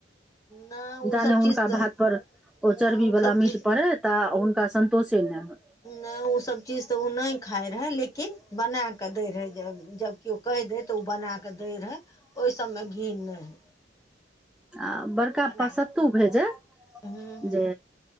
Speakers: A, on the left; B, in the centre.
A: नहि ओ
B: जाने
A: सब चीज
B: हुनका
A: तऽ
B: भात पर ओ
A: नहि
B: चर्बी वालला
A: सब चीज
B: मीट पड़ैत तऽ हुनका संन्तोषे ने होय
A: नहि ओ सब चीज तऽ ओ नहि खााय रहए लेकिन बना कऽ दै रहै जबकि कहि दै तऽ ओ बनाकऽ दै रहै ओहि सबमे घिन नहि हइ
B: आ बड़का
A: बना
B: प
A: कऽ
B: सत्तू भेजे
A: हूँ
B: जे